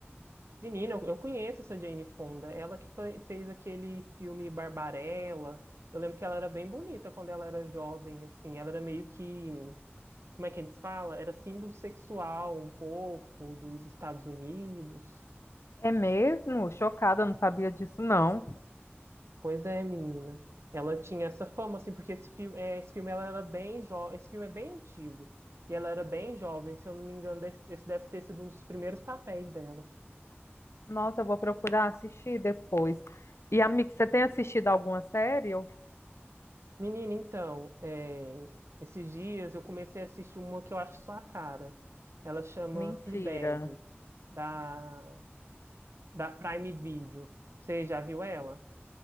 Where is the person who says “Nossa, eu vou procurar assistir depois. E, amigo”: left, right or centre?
Left